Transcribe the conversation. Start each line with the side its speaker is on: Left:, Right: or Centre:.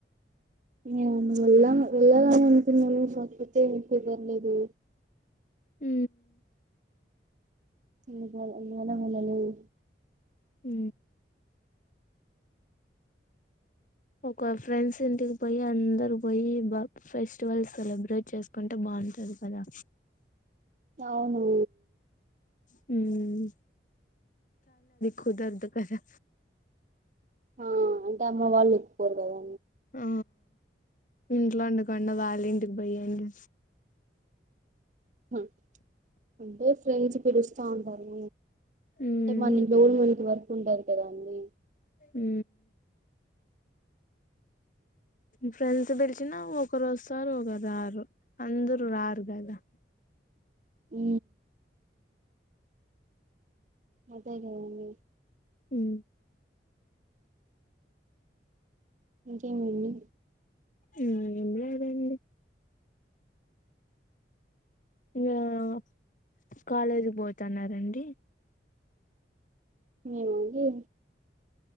Right: ఉ వెళ్ళా వెళ్ళాలని అనుకున్నాను కాకపోతే కుదరలేదు
Left: ఉ
Right: ఇంకా అందువల్ల వెళ్లలేదు
Left: ఉ ఒక ఫ్రెండ్స్ ఇంటికి పోయి అందరు పోయి బా ఫెస్టివల్స్ సెలబ్రేట్ చేసుకుంటే బా అంటరు కదా
Right: అవును
Left: హు కుదరదు కదా
Right: ఆ అంటే అమ్మ వాళ్ళు ఒప్పుకోరు కదా
Left: ఆ ఇంట్లో ఉండకుండా వాలి ఇంటికి బయండి
Right: హు అంటే ఫ్రెండ్స్ పిలుస్తా ఉంటారు
Left: ఉమ్
Right: అంటే మనలో కూడా మనకు వర్క్ ఉంటాది కదా అండి
Left: ఉ ఫ్రెండ్స్ బిల్ చ్చినా ఒకరు వస్తారు ఒకరు రారు అందరు రారు కదా
Right: ఉ అదే కదండీ
Left: ఉ
Right: ఇంకేంమండి
Left: ఆ ఏం లేదండి ఇంగ కాలేజీ పోతన్నారండి
Right: ఇంగేమి